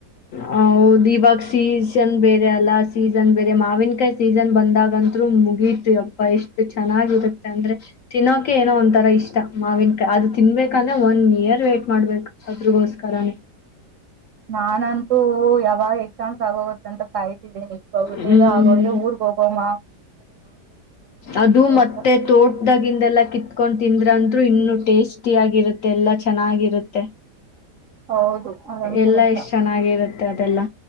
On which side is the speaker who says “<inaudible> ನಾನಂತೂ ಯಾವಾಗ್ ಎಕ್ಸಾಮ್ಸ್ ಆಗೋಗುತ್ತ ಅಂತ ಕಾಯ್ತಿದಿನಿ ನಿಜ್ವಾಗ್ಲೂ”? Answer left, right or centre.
Right